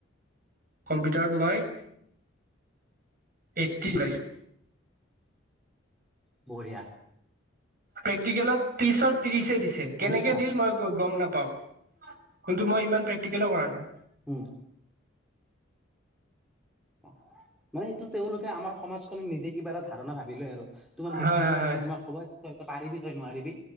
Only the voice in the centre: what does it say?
বঢ়িয়া।
মানে
চোৱা
উম অ', মানে এইটো তেওঁলোকে আমাৰ সমাজখন নিজে কিবা এটা ধাৰণা ভাবি লয় আৰু - তোমাৰ মুখখন
চাই
কি নে তোমাক ক'বাত তই, তই পাৰিবি তই নোৱাৰিবি